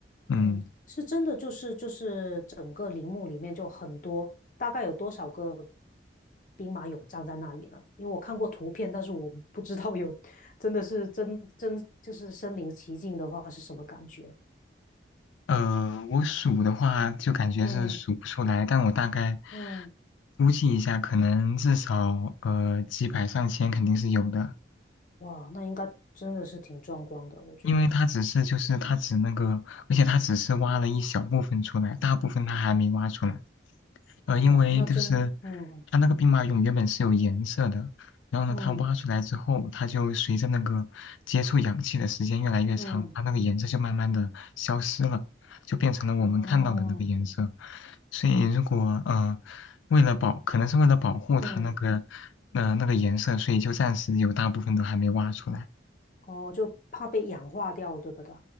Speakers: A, on the left (about 45°); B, on the left (about 85°).
A: 嗯，
B: 嗯。
A: 是真的，就是就是整个陵墓里面就很多，大概有多少个兵马俑站在那里呢？因为我看过图片，但是我不知道有 <laughs> 真的是真真就是身临其境的话是什么感觉。
B: 呃，我数的话就感觉是数不出来，
A: 嗯。
B: 但我大概
A: 嗯，
B: 估计一下，可能至少呃几百上千肯定是有的。
A: 哇，那应该真的是挺壮观的，我觉得。
B: 因为他只是就是他只那个，而且他只是挖了一小部分出来，大部分他还没挖出来。呃，因为就是
A: 哇，那真的，嗯
B: 它那个兵马俑原本是有颜色的，然后呢，
A: 嗯
B: 它挖出来之后，它就随着那个接触氧气的时间越来越长，
A: 嗯，
B: 它那个颜色就慢慢的消失了，就变成了我们看到的那个颜色。
A: 哦，
B: 所以如果呃，为了保，可能是为了保护它那个呃那个颜色，
A: 嗯
B: 所以就暂时有大部分都还没挖出来。
A: 哦，就怕被氧化掉，对不对？